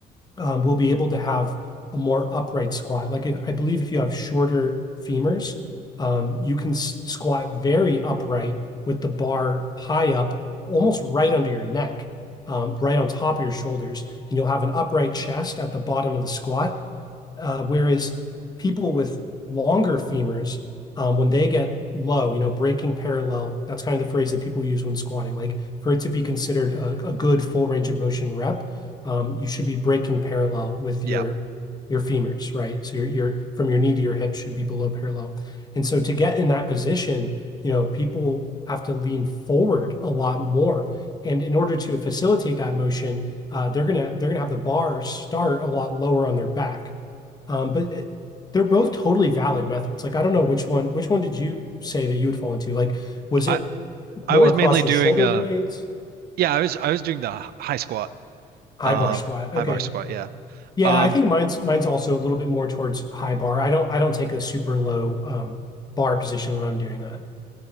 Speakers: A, on the left (about 25°); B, on the right (about 65°).
A: um, we'll be able to have a more upright squat. Like if, I believe if you have shorter femurs, um, you can squat very upright with the bar high up, almost right under your neck, um, right on top of your shoulders, and you'll have an upright chest at the bottom of the squat, uh, whereas people with longer femurs, um, when they get low, you know, breaking parallel, that's kind of the phrase that people use when squatting. Like for it to be considered a, a good full range of motion rep, um, you should be breaking parallel with
B: yeah,
A: your your femurs, right? So your your from your knee to your hip should be below parallel. And so to get in that position, you know, people have to lean forward a lot more. And in order to facilitate that motion, uh, they're gonna they're gonna have the bar start a lot lower on their back. Um, but it, they're both totally valid methods. Like I don't know which one which one did you say that you would fall into? Like was
B: I
A: it
B: I
A: more
B: was
A: across
B: mainly
A: your
B: doing
A: shoulder
B: uh
A: blades?
B: yeah I was I was doing the h- high squat,
A: High
B: um
A: bar squat. Okay.
B: high bar squat. Yeah,
A: Yeah,
B: um
A: I think mine's mine's also a little bit more towards high bar. I don't I don't take a super low um, bar position when I'm doing that.